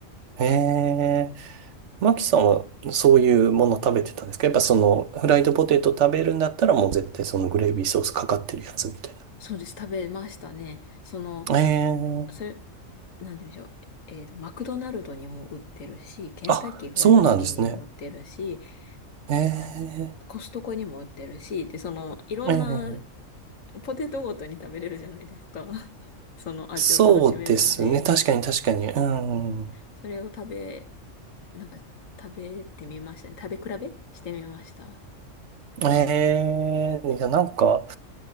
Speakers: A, on the right; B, on the left.
A: ええ、マキさんはそういうもの食べてたんですかやっぱそのフライドポテト食べるんだったらもう絶対そのグレービーソースかかってるやつみたい
B: そうです。食べましたね。その、
A: な。
B: それ、
A: ええ
B: なんて言うんでしょう。えっと、マクドナルドにも売ってるし、ケンタッキーフライドチキンにも売ってるし、
A: あ、そうなんですね。ええ
B: なん、コストコにも売ってるし、で、その、いろんな
A: ええ
B: ポテトごとに食べれるじゃないですか。<laughs> その味を楽しめるんで、
A: そうですね。確かに確かに。うん。
B: それを食べ、なんか食べてみましたね。食べ比べしてみました。
A: ええいや、なんか、